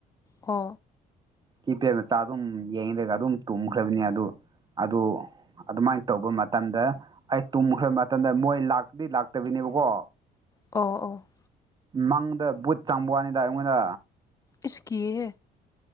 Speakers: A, on the left (about 20°); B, on the right (about 25°).
A: ꯍ
B: ꯀꯤꯄꯦꯗ ꯃꯆꯥ ꯑꯗꯨꯝ ꯌꯦꯡꯔꯒ ꯑꯗꯨꯝ ꯇꯨꯝꯈ꯭ꯔꯕꯅꯤ ꯑꯗꯨ ꯑꯗꯨ ꯑꯗꯨꯃꯥꯏꯅ ꯇꯧꯕ ꯃꯇꯝꯗ ꯑꯩ ꯇꯨꯝꯈ꯭ꯔꯕ ꯃꯇꯝꯗ ꯃꯣꯏ ꯂꯥꯛꯇꯗꯤ ꯂꯥꯛꯇꯕꯤꯅꯦꯕꯀꯣ
A: ꯑꯣ ꯑꯣ
B: ꯃꯪꯗ ꯕꯨꯠ ꯆꯪꯕ ꯋꯥꯅꯤꯗ ꯑꯩꯉꯣꯟꯗ
A: ꯏꯁꯀꯤꯦ